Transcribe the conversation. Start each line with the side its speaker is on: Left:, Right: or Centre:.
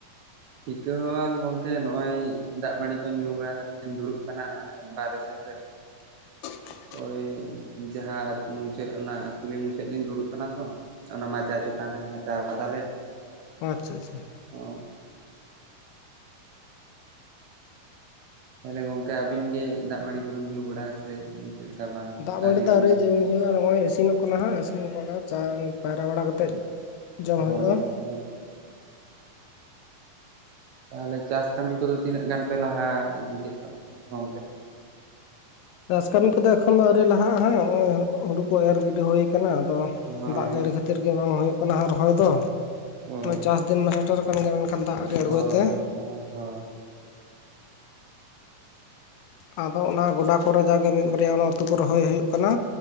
Right: ᱪᱤᱠᱟᱹ ᱦᱚ ᱵᱟᱝ ᱜᱚᱝᱠᱮ ᱱᱚᱜ ᱚᱚᱭ ᱫᱟᱜ ᱢᱟᱲᱤ ᱠᱚ ᱧᱩ ᱵᱟᱲᱟ ᱠᱟᱛᱮᱜ ᱞᱤᱧ ᱫᱩᱲᱩᱵ ᱟᱠᱟᱱᱟ ᱵᱟᱦᱨᱮ ᱥᱮᱫ᱾ <inaudible>
Left: <inaudible>
Right: ᱳᱭ ᱡᱟᱦᱟᱸ ᱚᱱᱟ ᱠᱩᱞᱤ ᱢᱩᱪᱷᱟᱹᱫ ᱞᱤᱧ ᱫᱩᱲᱩᱵ ᱠᱟᱱᱟ ᱛᱚ ᱚᱱᱟ ᱢᱟᱪᱟᱣ ᱪᱮᱛᱟᱱ ᱨᱮ ᱢᱟᱪᱟᱣ ᱠᱟᱫᱟᱞᱮ᱾
Left: ᱟᱪᱪᱷᱟ ᱟᱪᱪᱷᱟ
Right: ᱚ ᱛᱮ ᱜᱚᱝᱠᱮ ᱟᱵᱤᱱ ᱜᱮ ᱫᱟᱜ ᱢᱟᱹᱲᱤ ᱠᱚᱵᱤᱱ ᱧᱩ ᱵᱟᱲᱟ ᱥᱮ ᱪᱮᱫ ᱞᱮᱠᱟ ᱵᱟᱝ
Left: ᱫᱟᱜᱢᱟᱹᱲᱤ ᱫᱚ
Right: ᱵᱮᱱ
Left: ᱟᱹᱣᱨᱤ
Right: ᱧᱩ
Left: ᱡᱚᱢᱧ ᱦᱩᱭᱩᱜᱼᱟ ᱱᱚᱜᱼᱚᱭ ᱤᱥᱤᱱᱚᱜ ᱠᱟᱱᱟ ᱦᱮ ᱛᱩ ᱚᱱᱟ ᱪᱟᱝ ᱯᱟᱭᱨᱟ ᱵᱟᱲᱟ ᱠᱟᱛᱮᱫ ᱡᱚᱢ
Right: ᱦᱳᱭ
Left: ᱦᱩᱭᱩᱜᱼᱟ
Right: ᱦᱳᱭ ᱛᱟᱦᱞᱮ ᱪᱟᱥ ᱠᱟᱹᱢᱤ ᱠᱚᱫᱚ ᱛᱤᱱᱟᱹᱜ ᱜᱟᱱ ᱯᱮ ᱞᱟᱦᱟ ᱤᱫᱤ ᱠᱮᱫ ᱛᱟᱵᱱᱟ ᱜᱚᱢᱠᱮ?
Left: ᱪᱟᱥ ᱠᱟᱹᱢᱤ ᱠᱚᱫᱚ ᱮᱠᱷᱚᱱ ᱫᱚ ᱟᱣᱨᱤ ᱞᱟᱦᱟᱜᱼᱟ ᱦᱜ ᱱᱚᱜ ᱦᱩᱲᱩ ᱠᱚ ᱮᱨ ᱜᱤᱰᱤ ᱦᱩᱭ ᱟᱠᱟᱱᱟ᱾ ᱟᱫᱚ
Right: ᱦᱳᱭ
Left: ᱫᱟᱜ ᱡᱟᱹᱲᱤ ᱠᱷᱟᱹᱛᱤᱨ ᱜᱮ ᱵᱟᱝ ᱦᱩᱭᱩᱜ ᱠᱟᱱᱟ ᱦ ᱨᱚᱦᱚᱭ ᱫᱚ
Right: ᱦᱳᱭ
Left: ᱪᱟᱥ ᱫᱤᱱ ᱢᱟ ᱥᱮᱴᱮᱨ ᱠᱟᱱ ᱜᱮᱭᱟ ᱢᱮᱱᱠᱷᱟᱱ ᱫᱟᱜ ᱟᱹᱣᱨᱤ ᱟᱬᱜᱚᱭ
Right: ᱦᱳᱭ
Left: ᱛᱮ
Right: ᱦᱳᱭ ᱦᱳᱭ
Left: ᱟᱫᱚ ᱚᱱᱟ ᱜᱚᱰᱟ ᱠᱚᱨᱮ ᱡᱟᱜᱮ ᱢᱤᱫ ᱵᱟᱨᱭᱟ ᱚᱱᱟ ᱩᱛᱩ ᱠᱚ ᱨᱚᱦᱚᱭ ᱦᱩᱭᱩᱜ ᱠᱟᱱᱟ